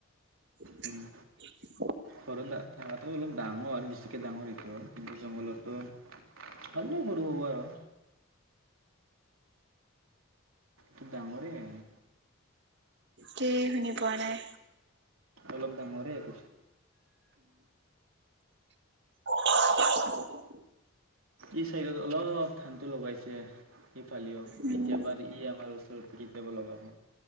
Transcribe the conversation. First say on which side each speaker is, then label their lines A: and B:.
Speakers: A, on the right; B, on the right.
A: <unintelligible>
B: উম ঘৰত থকাটো অলপ ডাঙৰ আৰু বেছিকে ডাঙৰ এইটো কিন্তু জংঘলতো ভালে সৰু হ'ব আৰু। টো ডাঙৰেই।
A: কি শুনি পোৱা নাই।
B: অলপ ডাঙৰে <inaudible>
A: <unintelligible>
B: ই চাইদত অলপ অলপ ধানটো লগাইছে ইিফালেও
A: উম
B: এতিয়া বাৰ ই আমাৰ তোৰ শিকাব লগাব।